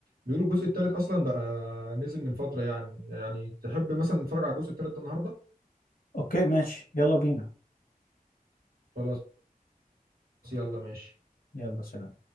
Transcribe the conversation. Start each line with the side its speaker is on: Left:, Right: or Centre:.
Right: بيقولوا الجزء التالت اصلا بقى نزل من فتره يعني يعني تحب مثلا نتفرج على الجزء التالت ده النهارده
Left: اوكي ماشي يلا بينا
Right: خلاص يلا ماشي
Left: يلا سلام